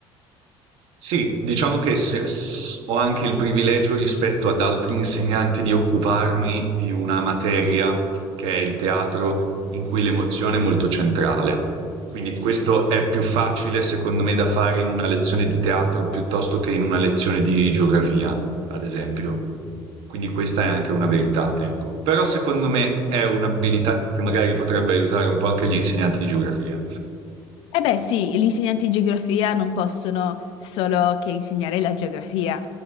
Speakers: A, on the right; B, on the left.
A: Sì, diciamo che se- s- ho anche il privilegio rispetto ad altri insegnanti di occuparmi di una materia che è il teatro, in cui l'emozione è molto centrale. Quindi questo è più facile, secondo me, da fare in una lezione di teatro piuttosto che in una lezione di geografia, ad esempio. Quindi questa è anche una verità, ecco. Però secondo me è un'abilità che magari potrebbe aiutare un po' anche gli insegnanti di geografia.
B: Eh beh sì, gli insegnanti di geografia non possono solo che insegnare la geografia.